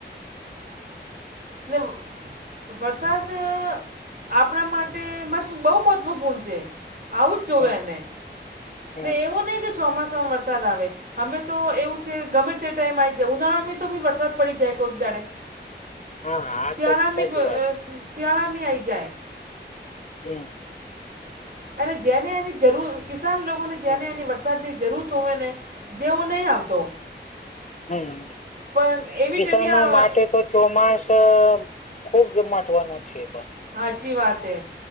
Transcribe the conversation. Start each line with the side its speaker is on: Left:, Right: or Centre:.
Right: નેમ વરસાદ આપડા માટે મત બહુ મહત્ત્વપૂર્ણ છે. આવવું જ જોવે
Left: હમ
Right: એને,
Left: હમ
Right: ને એવું નહીં કે ચોમાસામાં વરસાદ આવે. હમે તો એવું છે ગમે તે ટાઈમ આઈ જાય ઉનાળામે તો બી વરસાદ પડી જાય કોઈક દાડે.
Left: હા આ
Right: સીયાળામી
Left: તો સાચી
Right: બ
Left: વાત
Right: સ સીયાળામી આઈ જાય.
Left: હમ્મ.
Right: અને જેને એની જરૂર કિસાન લોગોને જેને
Left: હમ
Right: એની વસ સાદની જરુરત હોઈને જેવો નહીં આવતો.
Left: હમ્મ
Right: પણ એવી
Left: કિસાનો
Right: ટાઈમે
Left: માટે તો ચોમાસો ખૂબજ મહત્વનો છે પણ.
Right: હાચી વાત એ.